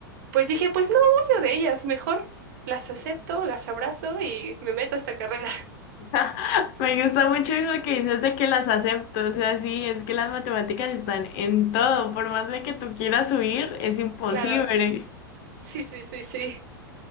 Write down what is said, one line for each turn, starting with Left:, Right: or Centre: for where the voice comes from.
Right: pues dije, pues no huyo de ellas, mejor las acepto, las abrazo y me meto a esta carrera. <laughs>
Left: <laughs> Me gusta mucho eso que dices de que las acepto, o sea, sí, es que las matemáticas están en todo, por más de que tú quieras subir, es imposible.
Right: Claro, sí, sí, sí, sí.